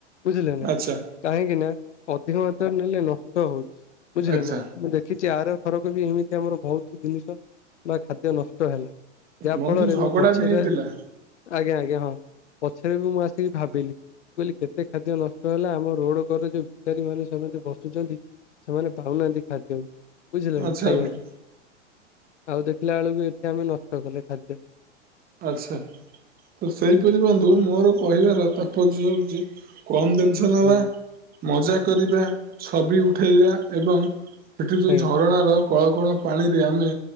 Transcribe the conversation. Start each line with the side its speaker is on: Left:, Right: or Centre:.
Left: ବୁଝିଲ ନା
Right: ଆଚ୍ଛା
Left: କାହିଁକି ନା ଅଧିକ ମାତ୍ରାରେ ନେଲେ ନଷ୍ଟ ହଉଛି ବୁଝିଲେ
Right: ଆଚ୍ଛା
Left: ନା ମୁଁ ଦେଖିଛି ଆର ଥରକ ବି ଏମିତି ଆମର ବହୁତ ଜିନିଷ ବା ଖାଦ୍ୟ ନଷ୍ଟ ହେଲା ଯାହା
Right: ବନ୍ଧୁ
Left: ଫଳରେ
Right: ଝଗଡ଼ା
Left: ମୁଁ ପଛରେ
Right: ବି ହେଇଥିଲା
Left: ଆଜ୍ଞା ଆଜ୍ଞା ହଁ ପଛରେ ବି ମୁଁ ଆସିକି ଭାବିଲି କହିଲି କେତେ ଖାଦ୍ୟ ନଷ୍ଟ ହେଲା ଆମ ରୋଡ ଘରେ ଯୋଉ ବିଚାରୀ ମାନେ ସେ ବସୁଛନ୍ତି ସେମାନେ ପାଉନାହାନ୍ତି ଖାଦ୍ୟକୁ ବୁଝିଲେ
Right: ଆଚ୍ଛା
Left: ନା ଖାଇବାକୁ
Right: ବନ୍ଧୁ
Left: ଆଉ ଦେଖିଲା ବେଳକୁ ଏଠି ଆମେ ନଷ୍ଟ କଲେ ଖାଦ୍ୟ
Right: ଆଚ୍ଛା ତ ସେହିପରି ବନ୍ଧୁ ମୋର କହିବାର ତାତ୍ପର୍ଯ୍ୟ ହଉଛି କମ ଜିନିଷ ଛ ନେବା
Left: ହୁଁ
Right: ମଜା କରିବା ଛବି ଉଠେଇବା ଏବଂ ସେଠି ଯୋଉ
Left: ଆଜ୍ଞା
Right: ଝରଣାର କଳକଣ ପାଣିରେ ଆମେ